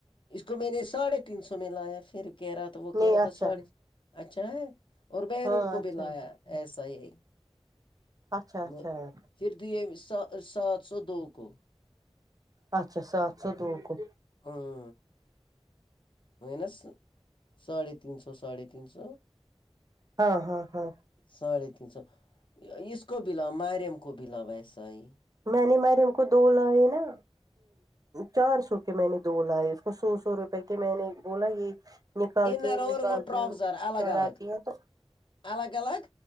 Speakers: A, on the left (about 50°); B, on the right (about 35°).
A: اس کو میں نے ساڑھے تین سو میں لایا پھر کہہ رہا تھا وہ
B: نہیں
A: کہہ رہا
B: اچھا
A: تھا ساڑھے اچھا ہے اور بہنوں
B: ہاں
A: کو
B: اچھا
A: بھی لایا ایسا ھی ایک
B: اچھا اچھا
A: میں
B: ہے
A: پھر دیہ سات سو دو کو
B: اچھا سات سو دو کو
A: ہوں ونس ساڑے تین سو ساڑے تین سو
B: ہاں ہاں ہاں
A: ساڑھے تین سو اس کو بھی لا مریم کو بھی لا ویسا ہی
B: میں نے مریم کو دو لائے نا چار سو کے میں نے دو لئے اس کو سو سو روپے کے میں نے بولا یہ نکالتی
A: انر اور
B: نکالتی
A: وہ ٹراؤزر
B: ہوں
A: الگ
B: چڑھاتی
A: الگ
B: ہے تو
A: الگ الگ